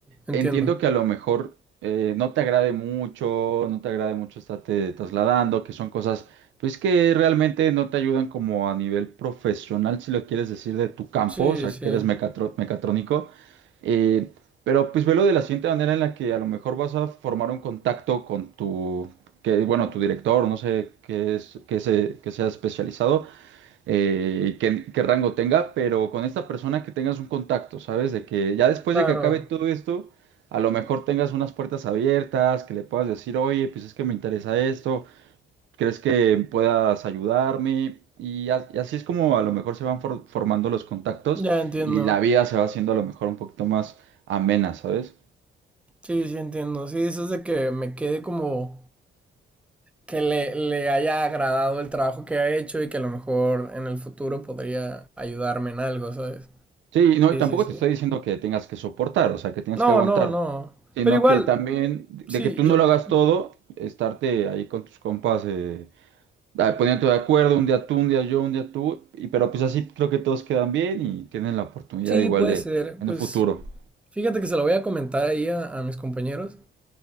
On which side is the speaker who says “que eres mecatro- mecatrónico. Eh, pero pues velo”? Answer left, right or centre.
Right